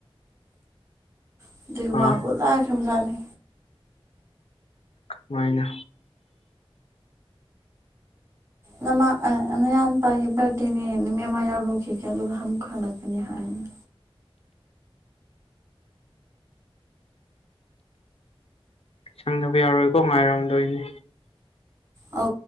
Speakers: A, on the right (about 30°); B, on the left (about 75°).
A: ꯑꯗ
B: ꯑꯥ
A: <unintelligible>
B: ꯀꯃꯥꯏꯅ
A: ꯅꯃ ꯃꯅꯥꯎꯄꯥꯒꯤ ꯕꯥꯔꯗꯦꯅꯦ ꯅꯨꯃꯤꯠ ꯑꯃ ꯌꯥꯎꯔꯨꯈꯤꯒꯦ ꯑꯗꯨꯒ ꯑꯃꯨꯛ ꯍꯜꯂꯛꯀꯅꯤ ꯍꯥꯏ <inaudible>
B: ꯁꯪꯗꯕ ꯌꯥꯔꯣꯏꯀꯣ ꯉꯥꯏꯔꯝꯗꯣꯏꯅꯦ
A: ꯑ